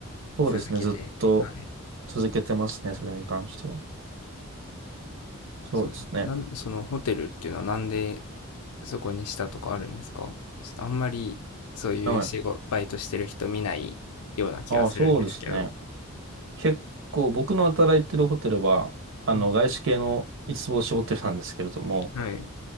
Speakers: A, on the right; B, on the left.
A: そうですね、
B: 続けて。
A: ずっと
B: はい。
A: 続けてますね、それに関しては。そうですね。
B: そ、なん、そのホテルっていうのはなんでそこにしたとかあるんですかちょっとあんまりそういう仕事、
A: はい。
B: バイトしてる人見ないような気がするんですけど。
A: ああ、そうですね。結構僕の働いてるホテルは、あの、
B: うん。
A: 外資系の五つ星ホテルなんですけれども、
B: はい。